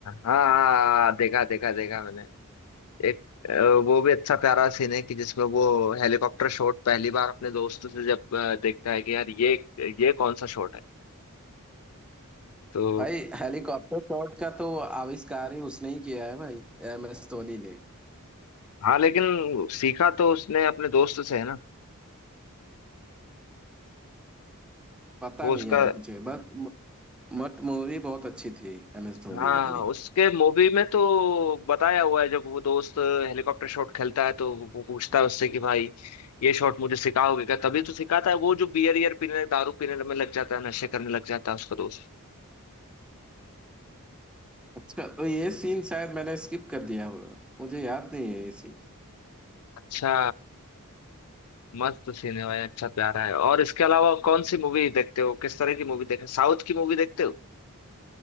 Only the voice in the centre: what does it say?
भाई हेलीकॉप्टर शॉट का तो आविष्कार ही उसने ही किया है भाई एम एस धोनी ने
पता
नहीं
यार मुझे बस म- मट मूवी बहुत अच्छी थी एम एस धोनी
वाली
अच्छा तो ये सीन शायद मैंने स्किप कर दिया होगा मुझे याद नहीं है ये सीन